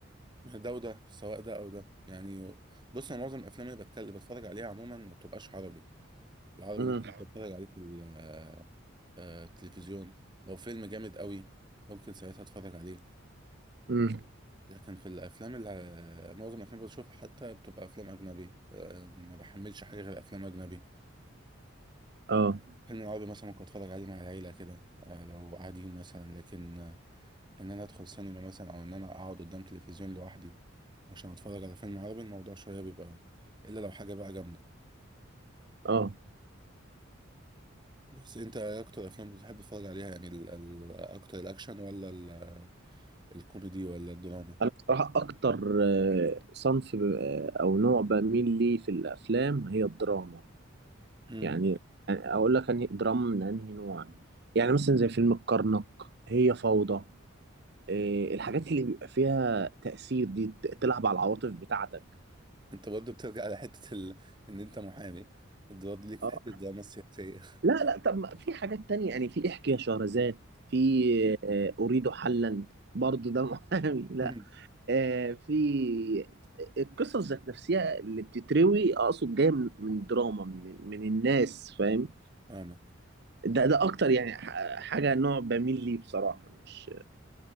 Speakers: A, on the right; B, on the right.
A: ده وده سواء ده او ده يعني بص انا معظم الافلام اللي بتكلم بتفرج عليها عموما ما بتبقاش عربي العربي
B: امم
A: مثلا بتفرج عليه في ال- آه، آه، التلفزيون لو فيلم جامد قوي ممكن ساعتها اتفرج عليه
B: امم
A: لكن في الافلام اللي معظم الافلام اللي بشوفها حتى بتبقى افلام اجنبي آه، ما بحملش حاجه غير افلام اجنبي
B: اه
A: فيلم عربي مثلا ممكن اتفرج عليه مع العيله كده آه، لو قاعدين مثلا لكن آه، ان انا ادخل سينما مثلا او ان انا اقعد قدام تلفزيون لوحدي عشان اتفرج على فيلم عربي الموضوع شويه بيبقى الا لو حاجه بقى جامده
B: اه
A: بس انت إيه اكتر افلام بتحب تتفرج عليها يعني ال ال اكتر الاكشن ولا ال الكوميدي ولا الدراما
B: انا بصراحه اكتر آه، صنف ب- آه، او نوع بميل ليه في الافلام هي الدراما
A: امم
B: يعني يعني اقول لك انهي دراما من انهي نوع يعني مثلا زي فيلم الكرنك هي فوضى آه، الحاجات اللي بيبقى فيها تأثير دي ت- تلعب على العواطف بتاعتك
A: انت برضه بترجع على حته ال... ان انت محامي برضه ليك في
B: اه
A: حته الدراما السياسيه
B: لا لا طب ما في حاجات تانية يعني في احكي يا شهرزاد في آه، اريد حلا برضه ده محامي <laughs> لا
A: مم.
B: آه، في القصص ذات نفسها اللي بتتروي آه، اقصد جايه من من دراما من من الناس فاهم
A: فاهمك
B: ده ده اكتر يعني ح- حاجه نوع بميل ليه بصراحه مش